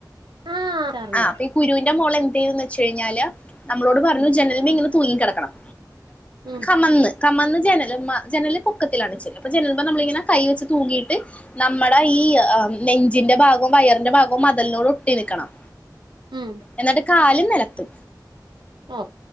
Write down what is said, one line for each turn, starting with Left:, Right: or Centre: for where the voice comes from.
Right: ആ അറിഞ്ഞ്
Left: ആഹ് അപ്പൊ ഈ ഗുരൂന്റെ മോള് എന്തേന്ന് വെച്ചഴ്ഞ്ഞാല്. നമ്മളോട് പറഞ്ഞ്
Right: ഉം
Left: ജനല്മെങ്ങനെ തൂങ്ങി കെടക്കണം
Right: ഉം
Left: കമന്ന്. കമന്ന് ജനല്മ്മെ ജനല് പൊക്കത്തിലാണ് വെച്ചേക്കണത്, അപ്പ ജനല്മെ നമ്മള്ങ്ങനെ കൈവെച്ച് തൂങ്ങീട്ട് നമ്മടെ ഈ നെഞ്ചിന്റെ ഭാഗും വയറിന്റെ ഭാഗും മത്ൽനോട് ഒട്ടി നിക്കണം
Right: ഉം
Left: എന്നിട്ട് കാല് നിലത്ത്
Right: ഓ